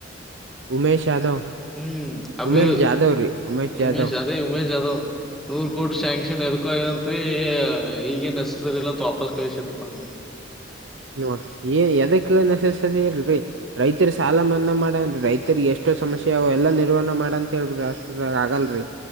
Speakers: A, on the right (about 75°); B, in the centre.
A: ಉಮೇಶ್ ಯಾದವ್
B: ಹ್ಮ್ ಅಬಿರ್
A: ಉಮೇಶ್ ಜಾಧವ್ ರೀ ಉಮೇಶ್ ಜಾಧವ್
B: ಉಮೇಶ ಅದೇ ಉಮೇಶ ಯಾದವ್ ನೂರ್ ಕೋಟಿ ಶ್ಯಾಂಕ್ಷನ್ ಎದಕ ಏನಂತ್ರಿ ಈಗ ನೆಸಸರಿ ಇಲ್ಲತ್ ವಾಪಸ್ ಕಳಸನೆ ಫಂಡ್
A: ನೋಡ್ರಿ ಏನ್ ಎದಕ್ಕ ನೆಸಸ್ಸರಿ ಇಲ್ರಿ ರೈತರ ಸಾಲ ಮನ್ನಾ ಮಾಡನ್ರಿ ರೈತರಿಗೆ ಎಷ್ಟ್ ಎಷ್ಟೋ ಸಮಸ್ಯೆ ಅವೆ ನಿರ್ವಣ ಮಾಡ ಅಂತ ಹೇಳಬಿಡ್ರಿ ಅಷ್ಟ್ರ ಆಗಲ್ರಿ